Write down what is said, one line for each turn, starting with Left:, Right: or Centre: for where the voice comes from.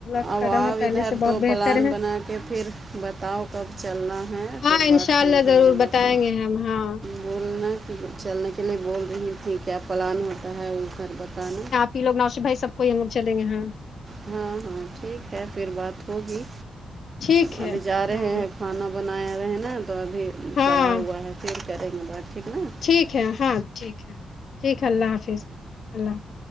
Left: کا
Right: اب
Left: کرم
Right: آؤ
Left: ہے پہلے
Right: ادھر
Left: سے
Right: تو
Left: بہت
Right: پلان
Left: بہتر ہے
Right: بنا کے پھر بتاؤ کب چلنا ہے
Left: ہاں
Right: پھر بات
Left: انشاء
Right: ہوگی
Left: اللہ ضرور
Right: ہم لوگ
Left: بتائیں
Right: کی
Left: گے ہم ہاں
Right: بولنا ک چلنے کے لیے بول رہی تیں کیا پلان ہوتا ہے ا گھر بتانا
Left: پیوگ نوشی بائی سب کو یہ ہمو چیں گےاں
Right: ہاں ہاں ٹھیک ہے پھر بات ہوگی
Left: ٹھیک ہے
Right: ابھی جا رہے
Left: ہاں
Right: ہیں کھانا بنایا رہے ہیں نا تو ابھی
Left: ہاں
Right: چڑھا ہوا ہے پھر کریں گے بات ٹھیک نا
Left: ٹھیک ہے ہاں ٹھیک ہے ٹھیک ہے اللہ حافظ اللہ حافظ